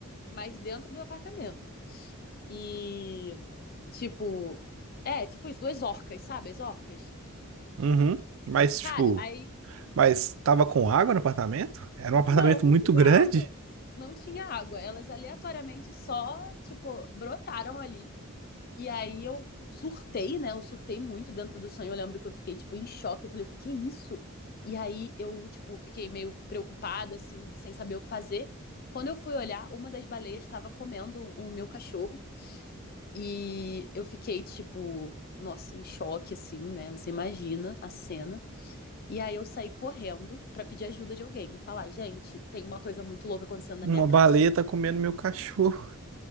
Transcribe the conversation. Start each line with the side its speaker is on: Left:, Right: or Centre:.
Left: mas dentro do apartamento. E, tipo, é, tipo isso, duas orcas, sabe? As orcas.
Right: Uhum. Mas, tipo,
Left: Cara, aí,
Right: mas tava com água no apartamento? Era um apartamento
Left: não, não
Right: muito
Left: tinha
Right: grande?
Left: água. Não tinha água. Elas aleatoriamente só, tipo, brotaram ali. E aí eu surtei, né? Eu surtei muito dentro do sonho. Eu lembro que eu fiquei, tipo, em choque. Eu falei, o que que é isso? E aí eu, tipo, fiquei meio preocupada, assim, sem saber o que fazer. Quando eu fui olhar, uma das baleias estava comendo o meu cachorro. E eu fiquei, tipo, nossa, em choque, assim, né? Você imagina a cena. E aí eu saí correndo pra pedir ajuda de alguém. E falar, gente, tem uma coisa muito louca acontecendo na
Right: Uma
Left: minha casa.
Right: baleia tá comendo meu cachorro.